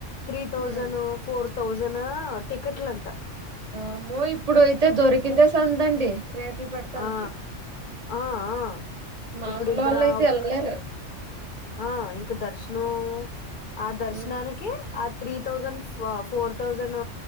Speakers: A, on the left; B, on the right.
A: త్రీ థౌజను
B: హ్మ్
A: ఫోర్ థౌజనా టికెట్లు అంట
B: ఆ మో ఇప్పుడు అయితే దొరికిందె సందండి రేట్లు పెడతానికి
A: ఆ ఆఆ
B: మామూలు
A: ఇప్పుడు ఇంకా
B: వాళ్ళు
A: రావ్
B: అయితే ఎళ్ళలేరు
A: అని ఆ ఇ కా దర్శనం ఆ దర్శనానికి
B: హ్మ్
A: ఆ త్రీ థౌజన్ ఫా ఫోర్ థౌజన్